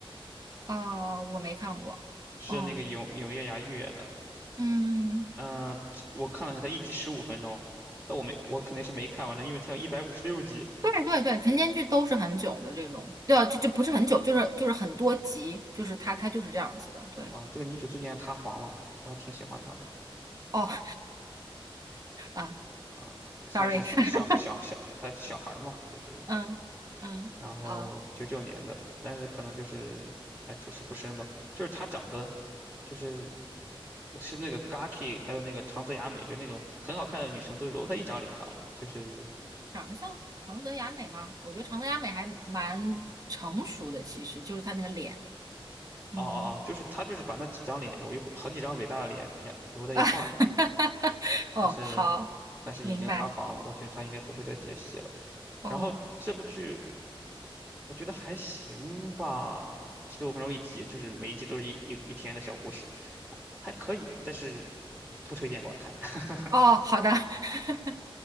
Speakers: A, on the right; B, on the right.
A: 啊、我没看过。
B: 是那个永永夜芽月的。
A: 嗯嗯，
B: 嗯、我看了一下，它一集十五分钟，但我没，我肯定是没看完的，因为它有一百五十六集。
A: 对对对，晨间剧都是很久的这种，对啊，就就不是很久，就是就是很多集，就是它它就是这样子的。对，
B: 嗯、这个女主最近还塌房了，我还挺喜欢她的。
A: 哦啊
B: 啊、现在是小小小，
A: ，sorry，<laughs>
B: 她小孩儿嘛，就是
A: 嗯嗯啊，
B: 然后九九年的，但是可能就是哎处事不深吧，就是他长得就是是那个 Gaki，还有那个长泽雅美，就那种很好看的女生都揉在一张脸上了，就是
A: 长得像长泽雅美吗？我觉得长泽雅美还蛮成熟的，其实就是她那个脸，嗯
B: 哦哦哦，就是他就是把那几张脸揉一块，很几张伟大的脸也揉在一块儿了，
A: 啊，<laughs> 哦好，
B: 但是但是已经塌房了，
A: 明白，
B: 我觉得他应该不会再接戏了。
A: 哦
B: 然后这部剧我觉得还行吧，十五分钟一集，就是每一集都是一一一天的小故事，还可以，但是不推荐观看。<laughs>
A: 哦好的，<laughs>